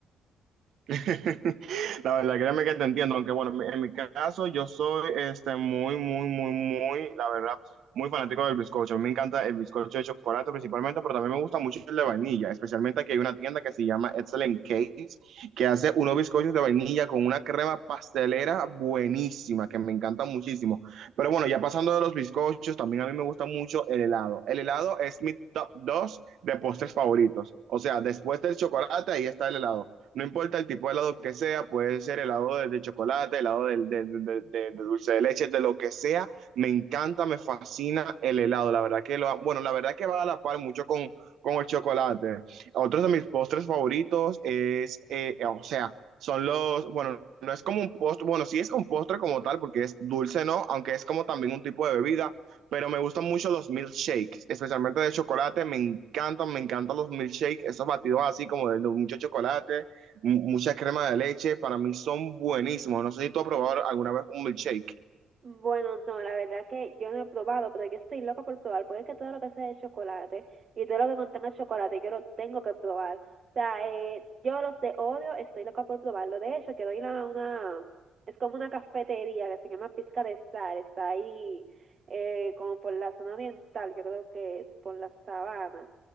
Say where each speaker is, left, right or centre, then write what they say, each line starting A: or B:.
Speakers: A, on the right; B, on the right.
A: <laughs> La verdad, créeme que te entiendo, aunque bueno, mi- en mi caso yo soy este muy, muy, muy, muy, la verdad, muy fanático del bizcocho. A mí me encanta el bizcocho de chocolate principalmente, pero también me gusta mucho el de vainilla, especialmente aquí hay una tienda que se llama Excellent Cakes, que hace unos bizcochos de vainilla con una crema pastelera buenísima, que me encanta muchísimo. Pero bueno, ya pasando de los bizcochos, también a mí me gusta mucho el helado. El helado es mi top 2 de postres favoritos. O sea, después del chocolate, ahí está el helado. No importa el tipo de helado que sea, puede ser helado de, de chocolate, helado de, de- de- de- de dulce de leche, de lo que sea. Me encanta, me fascina el helado. La verdad que lo, bueno, la verdad que va a la par mucho con, con el chocolate. Otros de mis postres favoritos es, eh, o sea, son los, bueno, no es como un postre, bueno, sí es un postre como tal, porque es dulce, ¿no? Aunque es como también un tipo de bebida pero me gustan mucho los milkshakes, especialmente de chocolate, me encantan, me encantan los milkshakes, esos batidos así como de, de mucho chocolate, mucha crema de leche, para mí son buenísimos. No sé si tú has probado alguna vez un milkshake.
B: Bueno, no, la verdad que yo no he probado, pero yo estoy loca por probar, porque es que todo lo que sea de chocolate y todo lo que contenga chocolate, yo lo tengo que probar. O sea, eh, yo los de Oreo estoy loca por probarlo. De hecho, quiero ir a una, es como una cafetería que se llama Pizca de Sal, está ahí eh, como por la zona oriental, yo creo que es por la sabana.